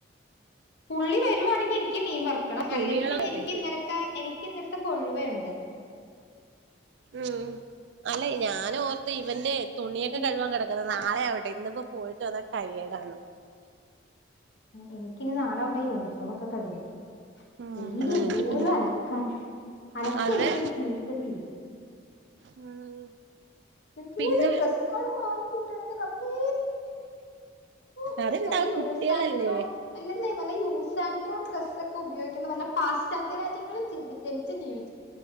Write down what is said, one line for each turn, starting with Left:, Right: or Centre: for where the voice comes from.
Left: പുള്ളി വരുവാണെങ്കിൽ എനിക്ക് മീൻ വറു ക്കണം
Right: തുണികളൊക്കെ
Left: അല്ലെങ്കിൽ പിന്നെ എനിക് ഇന്നലത്തെ എനി ഇന്നത്തെ കൊഴുവഉണ്ട്
Right: ഉം അല്ല ഞാനൻ ഓർത്ത് ഇവന്റെ തുണിയൊക്കെ
Left: എനിക്ക്
Right: കഴവാൻ കിടക്കുന്നതാ നാളെ ആവട്ടെ ഇന്ന് പോയി വന്നിട്ട് റ്റായേഡ് ആണ്
Left: എനിക്കിനി നാളെ അവളുടെ യൂണിഫോമൊക്കെ കഴികണം
Right: ആഹ്
Left: ഡെയിലി എന്തോര അലക്കാൻ അലക്കി
Right: അതെ
Left: അലക്കി എന്റെ ജീവിതം തീരും
Right: ഉം
Left: എന്തോരം
Right: പിന്നെ
Left: ഡ്രസ്സാണ് മാറിക്കൂട്ടണത് റബേ ഒ
Right: അതെന്താ
Left: പല യൂസൻത്രോ
Right: കുട്ടികളല്ലേ
Left: അല്ല യൂസ് ആൻഡ് ത്രോ ഡ്രസ് ഒക്കെ ഉപയോഗിക്കുന്നവല്ല പാശ്ചാത്യ രാജ്യങ്ങളും ജനിച്ച് ജീവി